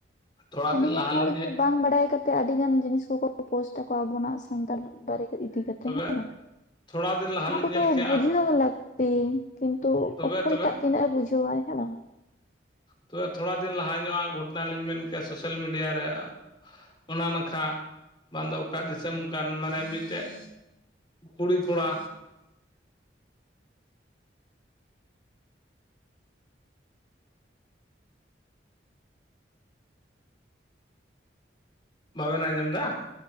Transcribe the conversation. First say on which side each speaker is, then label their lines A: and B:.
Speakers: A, on the left; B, on the left.
A: ᱛᱷᱚᱲᱟ
B: ᱟᱹᱰᱤᱜᱟᱱ
A: ᱫᱤᱱ ᱞᱟᱦᱟᱞᱤᱧ
B: ᱦᱚᱲ ᱜᱮ ᱵᱟᱝ ᱵᱟᱲᱟᱭ ᱠᱟᱛᱮᱫ ᱟᱹᱰᱤ ᱜᱟᱱ ᱡᱤᱱᱤᱥ ᱠᱩᱠᱩ ᱯᱳᱥᱴᱼᱟ ᱟᱵᱩᱱᱟᱜ ᱥᱟᱱᱛᱟᱲ ᱵᱟᱨᱤ᱾ ᱤᱫᱤ ᱠᱟᱛᱮ
A: ᱛᱚᱵᱮ
B: ᱦᱮᱸ ᱫᱚ
A: ᱛᱷᱚᱲᱟ ᱫᱤᱱ ᱞᱟᱦᱟᱞᱤᱧ
B: ᱚᱱᱟ ᱠᱩ
A: ᱧᱮᱞ
B: ᱫᱚ
A: ᱠᱮᱜᱼᱟ
B: ᱵᱩᱡᱷᱟᱹᱣ ᱞᱟᱹᱠᱼᱼ ᱛᱤᱱ ᱠᱤᱱᱛᱩ
A: ᱛᱚᱵᱮ
B: ᱚᱠᱚᱭᱴᱟᱜ
A: ᱛᱚᱵᱮ
B: ᱛᱤᱱᱟᱹᱜ ᱮ ᱵᱩᱡᱷᱟᱹᱣᱟᱭ ᱦᱮᱸ ᱵᱟᱝ᱾
A: ᱛᱚᱵᱮ ᱛᱷᱩᱲᱟ ᱫᱤᱱ ᱞᱟᱦᱟ ᱧᱚᱜᱼᱟ ᱜᱷᱚᱴᱚᱱᱟᱞᱤᱧ ᱢᱮᱱ ᱠᱮᱭᱟ ᱥᱳᱥᱮᱞ ᱢᱤᱰᱤᱭᱟ ᱨᱮ᱾ ᱚᱱᱟ ᱱᱟᱠᱷᱟ ᱵᱟᱝ ᱫᱚ ᱚᱠᱟ ᱫᱤᱥᱚᱢ ᱠᱟᱱ ᱢᱟᱱᱮ ᱢᱤᱫ ᱴᱮᱡ᱾ ᱠᱩᱲᱤᱻᱠᱚᱲᱟ ᱵᱟᱵᱮᱱ ᱟᱸᱡᱚᱢ ᱫᱟ᱾